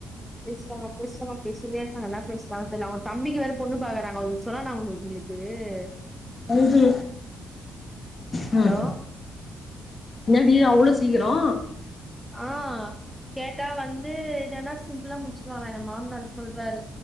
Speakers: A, in the centre; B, on the left (about 30°).
A: பேசுறாங்க பேசுறாங்க பேசினேருக்காங்க என்ன பேசுறாங்க தெர்ல அவங்க தம்பிக்கு வேற பொண்ணு பாக்கறாங்க சொன்னனா உங்குளுக்கு து
B: <inaudible> ம்
A: ஹலோ
B: என்னாடி அவ்ளோ சீக்கிரோ
A: ஆ கேட்டா வந்து இதன்னா சிம்பிளா முடிச்சவாங்கா எ மாமனார் சொ சொல்ராரு